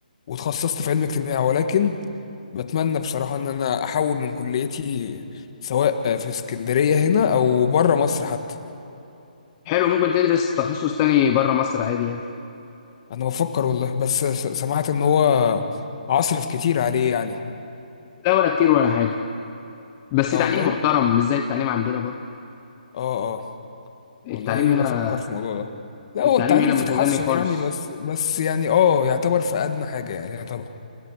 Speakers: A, on the left; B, on the left.
A: وتخصصت في علم اجتماع ولكن بتمنى بصراحة إن أنا أحول من كليتي سواء في اسكندرية هنا أو بره مصر حتى
B: حلو ممكن تدرس تخصص تاني بره مصر عادي يعني
A: أنا بفكر والله بس س- سمعت إن هو عصرف كتير عليه يعني
B: لا ولا كتير ولا حاجه بس
A: لا
B: تعليم
A: والله
B: محترم مش زي التعليم عندنا برضه
A: اه اه
B: التعليم
A: والله
B: هنا
A: بفكر في الموضوع ده لا
B: التعليم
A: هو التعليم
B: هنا
A: في
B: متدني
A: تحسن
B: خالص
A: يعني بس بس يعني اه يعتبر في ادنى حاجه يعني يعتبر